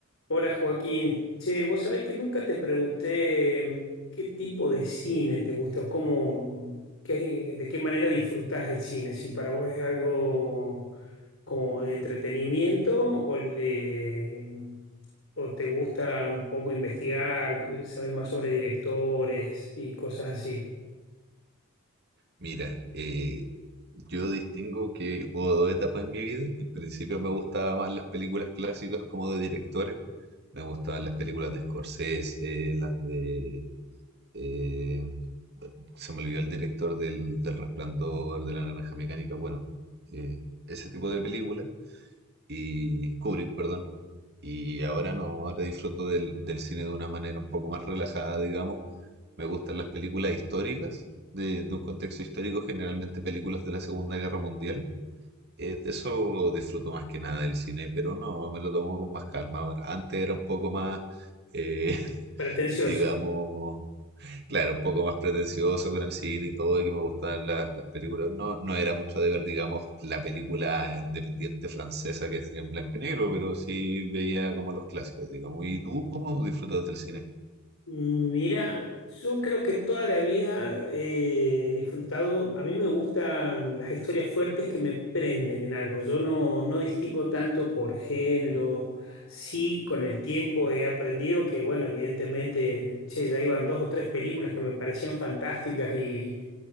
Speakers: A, on the left (about 75°); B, on the right (about 50°).
A: Hola Joaquín, che, vos sabés que nunca te pregunté mm, qué tipo de cine te gusta o cómo, mm, qué- de qué manera disfrutás el cine, si para vos es algo como de entretenimiento o, le, mm, o te gusta un poco investigar, sabes más sobre directores y cosas así.
B: Mira, eh, yo distingo que hubo dos etapas en mi vida. En principio me gustaban más las películas clásicas como de directores. Me gustaban las películas de Scorsese, las de... eh, se me olvidó el director del, del Resplandor, de La Naranja Mecánica, bueno, eh, ese tipo de películas. Y Kubrick, perdón. Y ahora no, ahora disfruto del, del cine de una manera un poco más relajada, digamos me gustan las películas históricas, de, de un contexto histórico, generalmente películas de la Segunda Guerra Mundial. Eh, de eso disfruto más que nada del cine, pero no, me lo tomo con más calma ahora. Antes era un poco más, eh, <laughs>
A: Pretencioso.
B: digamos, claro, un poco más pretencioso con el cine y todo, y que me gustaban la- las películas. No, no era mucho de ver, digamos, la película independiente francesa que es en blanco y negro, pero sí veía como los clásicos, digamos. ¿Y tú cómo disfrutas del cine?
A: Mira, yo creo que toda la vida eh, he disfrutado, a mí me gustan las historias fuertes que me prenden en algo, yo no, no distingo tanto por género, sí con el tiempo he aprendido que, bueno, evidentemente, che, ya iban dos o tres películas que me parecían fantásticas y,